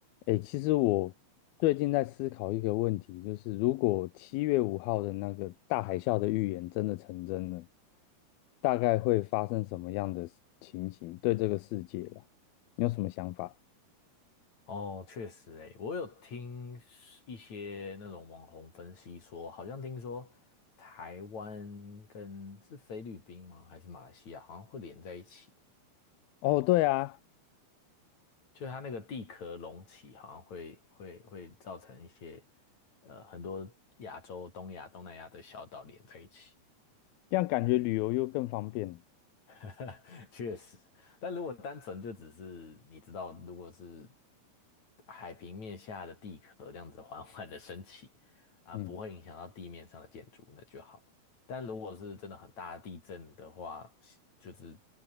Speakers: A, on the left; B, on the left.
A: 诶，其实我最近在思考一个问题，就是如果七月五号的那个大海啸的预言真的成真了，大概会发生什么样的事情形？对这个世界啊，你有什么想法？
B: 哦，确实诶，我有听一些那种网红分析说，好像听说台湾跟是菲律宾吗？还是马来西亚，好像会连在一起，
A: 哦，对啊，
B: 就是它那个地壳隆起，好像会会会造成一些呃很多亚洲、东亚、东南亚的小岛连在一起。
A: 这样感觉旅游又更方便。
B: <laughs> 确实，但如果单纯就只是你知道，如果是海平面下的地壳这样子缓缓的升起，啊，
A: 嗯
B: 不会影响到地面上的建筑，那就好。但如果是真的很大的地震的话，就是